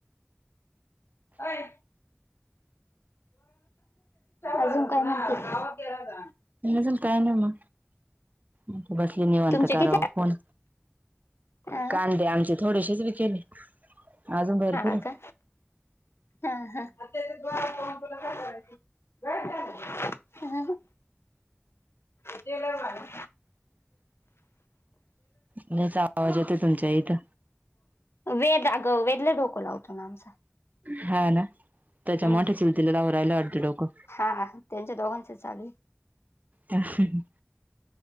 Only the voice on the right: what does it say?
जल काय नाही मग बसली निवनत
कराव
फोन.
कांदे आमचे थोडेसेच विकेले. अजून भरपूर
हे.
नाहीचा आवाज येतो तुमच्या इथं.
हा ना त्याच्या
मोठ्या चिल तिलालावर राहिला अर्ध डोकं.
ह हम्म हम्म.